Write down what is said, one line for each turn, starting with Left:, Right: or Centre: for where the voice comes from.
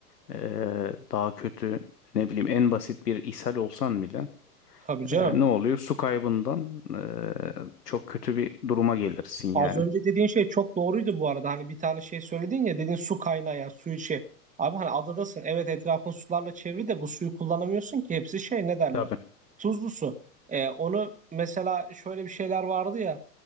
Left: Ee, daha kötü ne bileyim en basit bir ishal olsan bile
Right: Tabii canım.
Left: e, ne oluyor? Su kaybından e, çok kötü bir duruma gelirsin yani.
Right: Az önce dediğin şey çok doğruydu bu arada. Hani bir tane şey söyledin ya dedin su kaynağı yani su içi. Abi hani adadasın. Evet etrafın sularla çevri de bu suyu kullanamıyorsun ki. Hepsi şey ne derler?
Left: Tabii.
Right: Tuzlu su. E, onu mesela şöyle bir şeyler vardı ya.